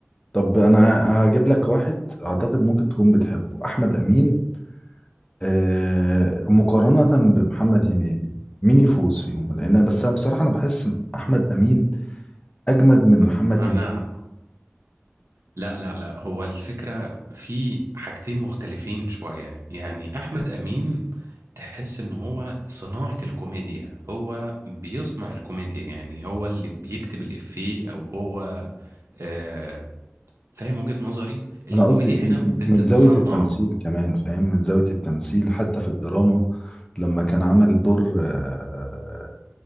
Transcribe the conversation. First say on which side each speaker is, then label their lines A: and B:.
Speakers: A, on the left; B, on the right.
A: طب أنا هجيب لك واحد أعتقد ممكن تكون بتحبه أحمد أمين آه مقارنة بمحمد هنيدي مين يفوز فيهم لأن أنا- بس أنا بصراحة أنا بحس أحمد أمين أجمد من
B: ب-
A: محمد
B: ما
A: هنيدي
B: انا لا لا لا هو الفكرة في حاجتين مختلفين شوية يعني أحمد أمين تحس إن هو صناعة الكوميديا هو بيصنع الكوميديا يعني هو اللي بيكتب الإفيه أو هو آه فاهم وجهة نظري الكوميديا
A: أنا قصدي م-
B: هنا بتتصنع
A: م- من زاوية التمثيل كمان فاهم من زاوية التمثيل حتى في الدراما لما كان عمل دور آه،